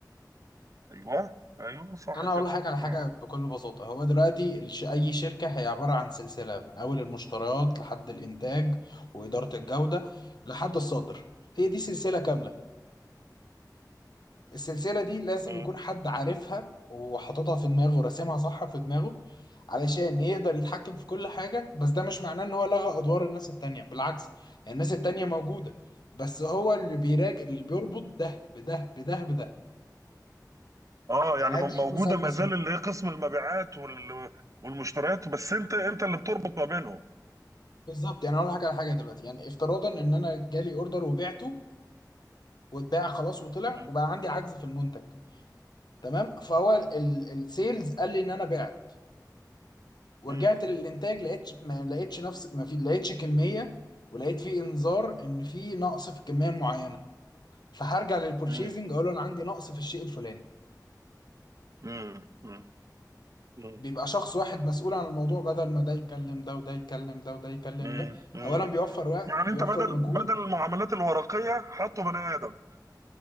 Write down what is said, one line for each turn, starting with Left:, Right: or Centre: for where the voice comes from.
Right: ايوه ايوه صح
Left: انا اقول
Right: كده
Left: لحضرتك على حاجه
Right: آه.
Left: بكل بساطه هو دلوقتي الش... اي شركه هي عباره عن سلسله من اول المشتريات لحد الانتاج واداره الجوده لحد الصادر هي دي سلسله كامله السلسله دي لازم
Right: آه.
Left: يكون حد عارفها وحاططها في دماغه وراسمها صح في دماغه علشان يقدر يتحكم في كل حاجه بس ده مش معناه ان هو لغى ادوار الناس التانيه بالعكس يعني الناس التانيه موجوده بس هو اللي بيراجع اللي بيربط ده بده بده بده
Right: اه
Left: يعني
Right: يعني م-
Left: هدي
Right: موجوده
Left: مثال
Right: ما
Left: بسيط
Right: زال اللي هي قسم المبيعات وال... والمشتريات بس انت انت اللي بتربط ما بينهم
Left: بالظبط يعني اقول لك على حاجه دلوقتي يعني افتراضا ان انا جالي اوردر وبعته واتباع خلاص وطلع
Right: مم.
Left: وبقى عندي عجز في المنتج تمام فهو ال- السيلز قال لي ان انا بعت ورجعت
Right: مم.
Left: للانتاج لقيت ما لقيتش نفس ما في لقيتش كميه ولقيت في انذار ان في نقص في الكميه المعينه فهرجع للبورشيزنج
Right: مم.
Left: اقول له انا عندي نقص في الشيء الفلاني
Right: مم. مم. مم.
Left: بيبقى شخص واحد مسؤول عن الموضوع بدل ما ده يتكلم ده وده يتكلم ده وده يتكلم
Right: مم.
Left: ده
Right: مم.
Left: اولا بيوفر وقت
Right: يعني
Left: بيوفر
Right: انت بدل
Left: مجهود
Right: بدل المعاملات الورقيه حطوا بني ادم